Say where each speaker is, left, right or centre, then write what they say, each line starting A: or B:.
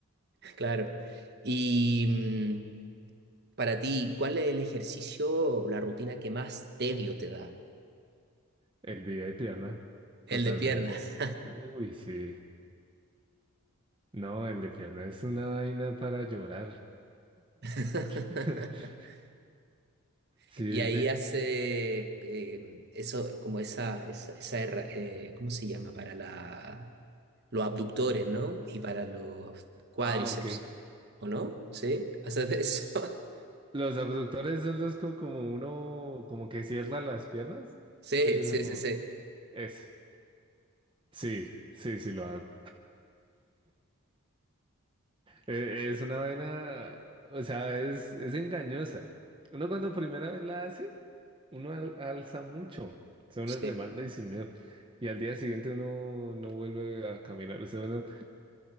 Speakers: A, on the right; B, on the right.
A: Claro. Y mm, para ti, ¿cuál es el ejercicio o la rutina que más tedio te da?
B: El día de pierna,
A: El
B: totalmente.
A: de piernas.
B: Uy, sí. No, el de pierna es una vaina para llorar.
A: <laughs>
B: <laughs> Sí,
A: Y
B: es
A: ahí
B: de...
A: hace eh, eso, como esa, esa, esa herra- eh, ¿cómo se llama? Para la, los abductores, ¿no? Y para los cuádriceps,
B: Ah, ok.
A: ¿o no? ¿Sí? ¿Haces de eso? <laughs>
B: Los abductores son los co- como, uno, como que cierra las piernas.
A: Sí,
B: Sí, eso
A: sí,
B: como.
A: sí, sí.
B: Es. Sí, sí, sí lo hago. E- Es, una vaina, o sea, es, es engañosa. Uno cuando primera vez la hace, uno al- alza mucho. O sea,
A: Sí,
B: uno le manda y sin miedo. Y al día siguiente uno no vuelve a caminar. O sea, uno